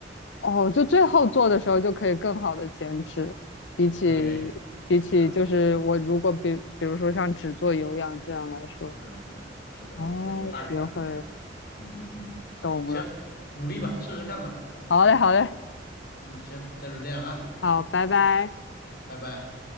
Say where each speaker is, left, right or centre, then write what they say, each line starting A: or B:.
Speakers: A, on the left (about 70°); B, on the left (about 55°).
A: 哦，就最后做的时候就可以更好的减脂，比起
B: 对。
A: 比起就是我如果比比如说像只做有氧这样来说，
B: 是的，是的，是的，是的，
A: 哦，
B: 所以大概就是这个样子。
A: 学会
B: 嗯嗯嗯，
A: 懂了，
B: 行，努力吧，试试看吧。
A: 好嘞，好嘞，
B: 嗯，行，那就这样啊，
A: 好，拜拜。
B: 拜拜。